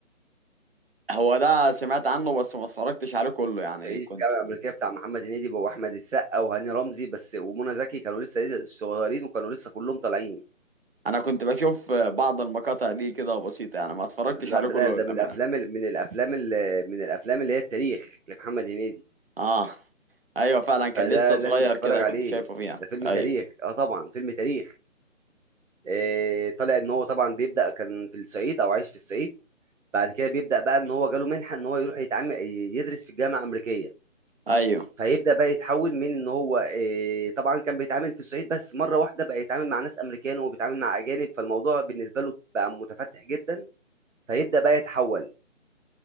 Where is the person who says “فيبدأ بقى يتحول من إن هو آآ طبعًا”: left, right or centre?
Right